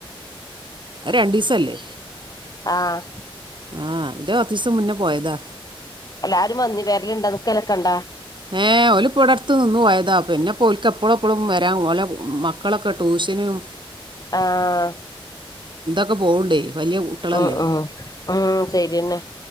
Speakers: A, on the right (about 55°); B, on the left (about 40°).
A: രണ്ടു ദിവസല്ലേ
B: ആഹ
A: ആഹ് കുറച്ചീസം മുന്നേ പോയതാ
B: എല്ലാരും നന്ദി വേരലണ്ട നിക്കലൊക്കണ്ടാ.
A: ഉം ഓലിപ്പോ അടുത്ത് നിന്നു പോയതാ. പിന്നെപ്പോ ഒക്ക് എപ്പോഴും എപ്പോഴും വരാം ഓലെ മക്കളൊക്കെ ട്യൂഷനും
B: ആഹ
A: ഒക്കെ പോകണ്ടേ വലിയ കുട്ടികളല്ലേ
B: ഉ ഉ ഉം ശര്യേന്നെ